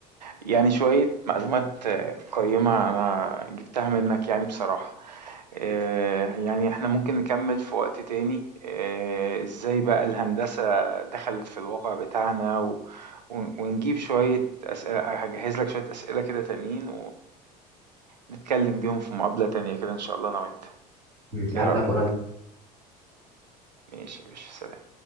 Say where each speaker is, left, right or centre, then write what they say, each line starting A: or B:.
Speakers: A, on the right; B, on the right.
A: يعني شوية معلومات قيمة انا جبتها منك يعني بصراحة آه، يعني احنا ممكن نكمل في وقت تاني آه، ازاي بقى الهندسة دخلت في الواقع بتاعنا و... ون- ونجيب شوية أسئلة هجهز لك شوية أسئلة كده تانيين ونتكلم بيهم في مقابلة تانية كده إن شاء الله أنا وأنت
B: مش
A: إيه
B: هقابلك
A: رأيك؟
B: قريب
A: ماشي ماشي سلام